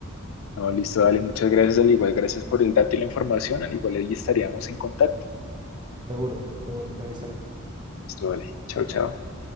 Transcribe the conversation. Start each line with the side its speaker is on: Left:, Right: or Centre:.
Left: No, listo, dale, muchas gracias, al igual, gracias por el dato y la información, al igual ahí estaríamos en contacto.
Right: Seguro, seguro, te avisaré.
Left: Listo, vale, chao, chao.